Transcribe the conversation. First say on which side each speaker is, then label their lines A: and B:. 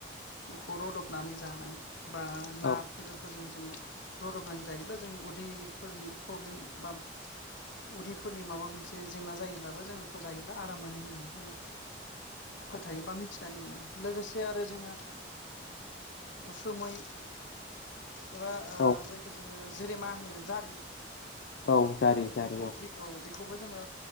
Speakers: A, on the left; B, on the left.
A: बेखौ रदबनानै जानाय। बा
B: औ
A: ना बेदरफोरजों जोङो रदबनानै जायोब्ला जोंनि उदैफोरनि प्रब्लेम बा उदैफोरनि माबा मोनसे जेंना जायोब्लाबो जों बेखौ जायोब्ला आ राम मोनो होननानै जोङो फोथायो बा मिथिनानै मोनो लोगोसे आरो जोङो उसुमै एबा ओ
B: औ
A: जायखौ जोङो जोरेमा होनो जारि
B: औ जारि जारि
A: बेखौ
B: औ।
A: औ बेखौबो जोङो